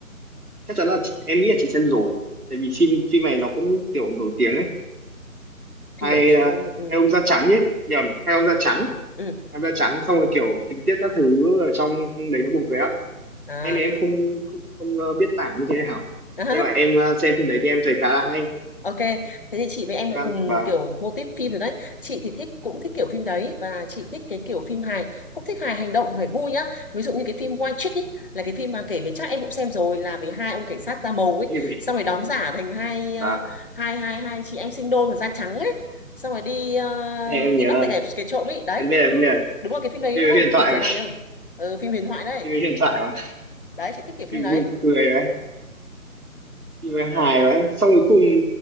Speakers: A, on the right; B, on the left.
A: chắc chắn là chị, em nghĩ là chị xem rồi, tại vì phim phim này nó cũng kiểu nổi tiếng ấy, hai
B: phim nổi tiếng
A: ờ,
B: ừ, ừ,
A: hai ông da trắng ấy, nhầm, hai ông da trắng,
B: ừ.
A: hai ông da trắng xong rồi kiểu tình tiết các thứ ở trong đấy nó buồn cười á,
B: à,
A: em thì em không không, không ờ, biết tả như thế nào,
B: <laughs> à
A: nhưng mà em ờ, xem phim đấy thì em thấy khá là hay,
B: ok thế thì chị với em
A: và
B: cũng cùng
A: và
B: kiểu mô típ phim rồi đấy chị thì thích cũng thích kiểu phim đấy và chị thích cái kiểu phim hài cũng thích hài hành động phải vui nhá ví dụ như cái phim White Chick ấy là cái phim mà kể về chắc em cũng xem rồi là về hai ông cảnh sát da màu ấy
A: <laughs>
B: xong rồi đóng giả thành hai ờ,
A: và
B: hai hai hai chị em sinh đôi mà da trắng ấy xong rồi đi ờ,
A: em nhớ
B: đi bắt tại cái, cái trộm ấy đấy
A: em biết em biết là
B: đúng là cái phim đấy
A: phim
B: đúng không
A: huyền thoại
B: kiểu thể
A: mà
B: loại này không ừ, phim huyền thoại đấy
A: phim huyền thoại mà
B: đấy chị thích kiểu phim
A: phim
B: đấy
A: vui cười đấy phim hài đấy xong cuối cùng